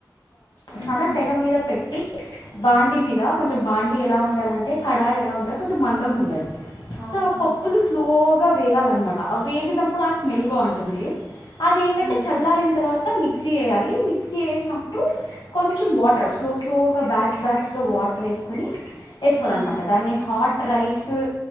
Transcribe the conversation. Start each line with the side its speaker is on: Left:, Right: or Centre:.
Right: ఉహు
Left: సన సెగ మీద పెట్టి బాండిీ మీద కొంచెం బాండి ఎలా ఉండాలింటే కడాయి ఎలా ఉంటారు కొంచెం మందంగా ఉండాలదు
Right: ఆహా
Left: పప్పులు స్లోగ గా వేగాలన్నమాట ఆ వేగినప్పుడు ఆ స్మెల్ బాగుంటుంది అదేంటంటే
Right: ఉహు
Left: చల్లారన తర్వాత మిక్స చేయాలి మిక్సీ చేసినప్పుడు కొంచెం వాటర్ స్లో స్లో బ్యా <unintelligible> వాటర్ వేసుకొని వేసుకోవాలన్నమాట
Right: ఆహా
Left: దాన్ని హాట్ రైస్